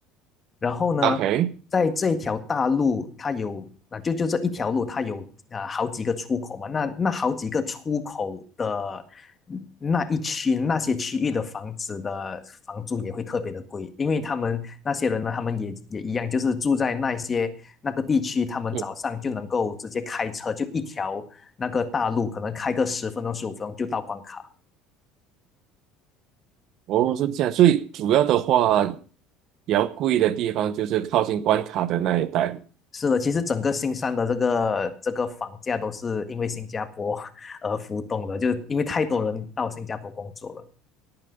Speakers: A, on the left; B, on the right.
A: 然后呢，
B: OK，
A: 在这条大路，它有啊，就就这一条路，它有啊好几个出口嘛。那那好几个出口的那一区那些区域的房子的房租也会特别的贵，因为他们那些人呢，他们也也一样，就是住在那些那个地区，他们早上就能够直接开车，
B: 嗯，
A: 就一条那个大路，可能开个十分钟十五分钟就到关卡。
B: 哦，是这样，所以主要的话，比较贵的地方就是靠近关卡的那一带。
A: 是的，其实整个新山的这个这个房价都是因为新加坡 <laughs> 而浮动的，就因为太多人到新加坡工作了。